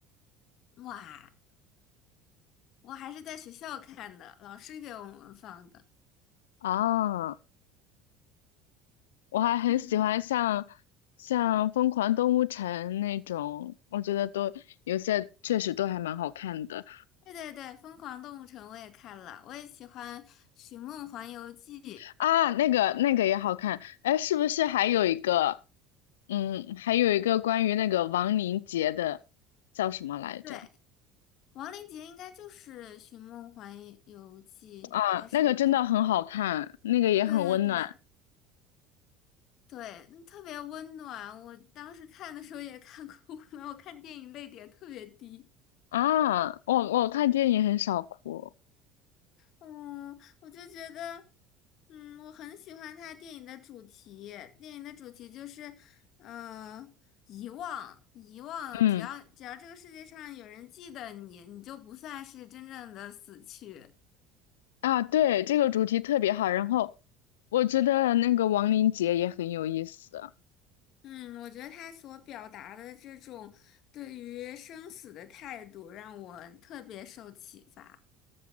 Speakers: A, on the left; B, on the left.
A: 哇，我还是在学校看的，老师给我们放的。
B: 啊，我还很喜欢像
A: 嗯。
B: 像《疯狂动物城》那种，我觉得都有些确实都还蛮好看的，
A: 对对对，《疯狂动物城》我也看了，我也喜欢《寻梦环游记》。
B: 啊，那个那个也好看，哎，是不是还有一个，嗯，还有一个关于那个亡灵节的，叫什么来着？
A: 对，王林杰应该就是《寻梦环游记》，
B: 啊，
A: 还是我记错了？
B: 那个真的很好看，那个也很温暖
A: 对对对对，嗯特别温暖。我当时看的时候也看哭了，我看电影泪点特别低。
B: 啊。我我看电影很少哭，
A: 嗯，我就觉得，嗯，我很喜欢他电影的主题。电影的主题就是，呃，遗忘，遗忘。
B: 嗯
A: 只要只要这个世界上有人记得你，你就不算是真正的死去。
B: 啊，对，这个主题特别好。然后我觉得那个亡灵节也很有意思，
A: 嗯，我觉得他所表达的这种对于生死的态度，让我特别受启发。